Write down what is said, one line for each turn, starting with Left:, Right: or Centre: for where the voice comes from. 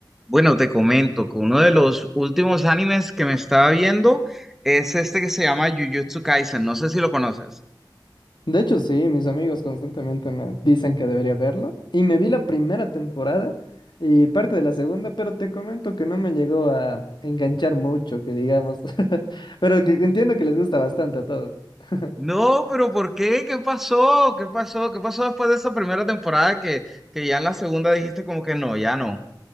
Centre: Bueno, te comento que uno de los últimos animes que me estaba viendo es este que se llama Jujutsu Kaisen. No sé si lo conoces.
Left: De hecho, sí, mis amigos constantemente me dicen que debería verlo. Y me vi la primera temporada y parte de la segunda, pero te comento que no me llegó a enganchar mucho, que digamos. <laughs> Pero que
Centre: N-
Left: entiendo que les gusta bastante a todos. <laughs>
Centre: No, pero ¿por qué? ¿Qué pasó? ¿Qué pasó? ¿Qué pasó después de esa primera temporada que, que ya en la segunda dijiste como que no, ya no?